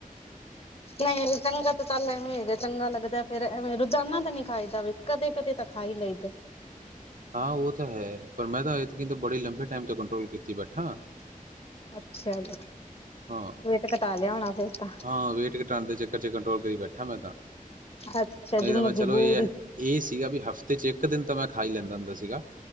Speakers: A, on the right; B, on the left.
A: <unintelligible>
B: ਨਹੀਂ ਚੰਗਾ ਤਾਂ ਚੱਲ ਐਵੇਂ ਹੈਗਾ, ਚੰਗਾ ਲੱਗਦਾ ਫੇਰ ਐਵੇਂ ਰੋਜ਼ਾਨਾ ਤਾਂ ਨੀ ਖਾਇਦਾ ਵੇ, ਕਦੇ ਕਦੇ ਤਾਂ ਖਾਾਈ ਲੈਂਦੇ।
A: ਹਾਂ ਉਹ ਤਾਂ ਹੈ। ਪਰ ਮੈਂ ਤਾਂ ਇਥਕੀ ਤੇ ਬੜੀ ਲੰਬੇ ਟਾਈਮ ਤੋਂ ਕੰਟਰੋਲ ਕੀਤੀ ਬੈਠਾ।
B: ਅੱਛਾ ਜੀ।
A: ਹਾਂ,
B: ਵੇਟ ਘਟਾ ਲਿਆ ਹੋਣਾ ਫੇਰ ਤਾਂ
A: ਹਾਂ ਵੇਟ ਘਟਾਣ ਦੇ ਚੱਕਰ ਕੰਟਰੋਲ ਕਰੀ ਬੈਠਾ ਮੈਂ ਤਾਂ।
B: ਅੱਛਾ
A: ਨਹੀਂ
B: ਜੀ
A: ਤਾਂ ਮੈਂ
B: ਮਜਬੂਰੀ
A: ਚਲੋ ਇਹ ਐ, ਇਹ ਸੀਗਾ ਵੀ ਹਫ਼ਤੇ ਚ ਇੱਕ ਦਿਨ ਤਾਂ ਮੈਂ ਖਾਈ ਲੈਂਦਾ ਹੁੰਦਾ ਸੀਗਾ।